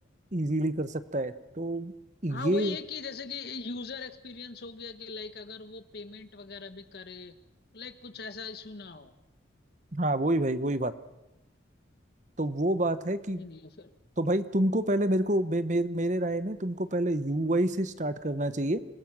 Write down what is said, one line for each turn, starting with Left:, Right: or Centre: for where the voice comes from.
Right: इजीली कर सकता है तो ये
Left: हाँ वही है कि जैसे कि यूजर एक्सपीरियंस हो गया कि लाइक अगर वो पेमेंट वगैरह भी करे लाइक कुछ ऐसा इशू ना हो
Right: हाँ वही भाई वही बात तो वो बात है कि
Left: नहीं नहीं फिर
Right: तो भाई तुमको पहले मेरे को मे, मे, मेरे राय में तुमको पहले यूआई से स्टार्ट करना चाहिए